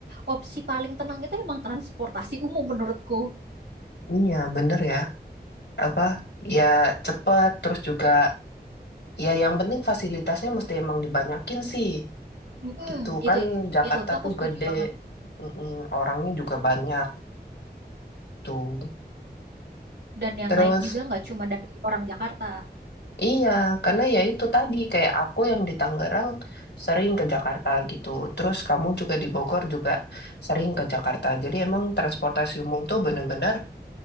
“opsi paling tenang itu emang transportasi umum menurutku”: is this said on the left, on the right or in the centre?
Right